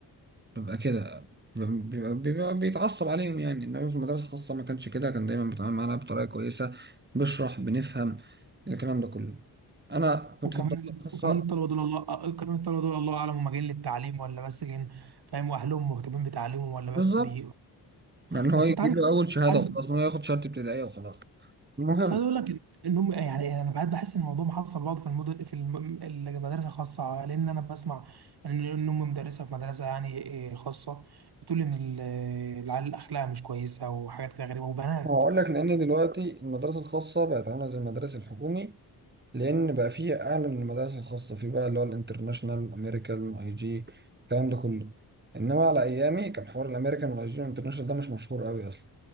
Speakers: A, on the right; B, on the right.
A: بيبقى كده بيبقى, بيبقى بيتعصب عليهم يعني انما في المدرسة الخاصة ما كانش كده كان دايما بيتعامل معانا بطريقة كويسة بشرح بنفهم الكلام ده كله انا كنت
B: وكمان
A: في المدرسة الخاصة
B: وكمان الطلبه دول الله آه، كمان الطلبه دول الله اعلم هم جايين للتعليم ولا بس جايين فاهم واهلهم مهتمين بتعليمهم ولا
A: بالظبط
B: بس بي
A: يعني هو
B: بس
A: يجيب
B: انت عارف
A: له اول شهادة
B: عارف
A: وخلاص هو ياخد شهادة ابتدائية وخلاص المهم
B: بس انا اقول لك ان هم يعني انا بعد بحس ان الموضوع محصل بعض في المدن في الم- المدارس الخاصه لان انا بسمع ان ان امي مدرسه في مدرسه يعني آه، خاصه بتقول ان ال- العيال اخلاقها مش كويسه وحاجات كده غريبه وبنات
A: هقول لك لان دلوقتي المدارس الخاصة بقت عاملة زي المدارس الحكومي لان بقى فيه اعلى من المدارس الخاصه في بقى اللي هو الانترناشونال امريكان اي جي الكلام ده كله انما على ايامي كان حوار الامريكان والاي جي والانترناشونال ده مش مشهور قوي اصلا